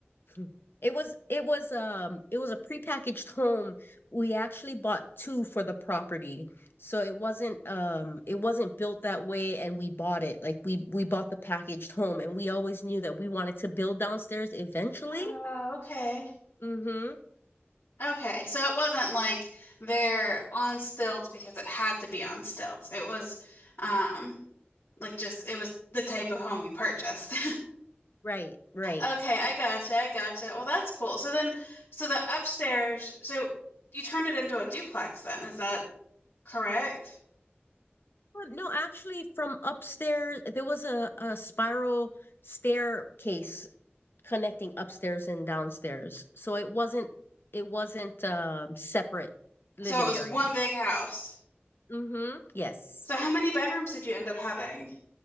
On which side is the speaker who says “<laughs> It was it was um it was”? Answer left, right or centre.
Left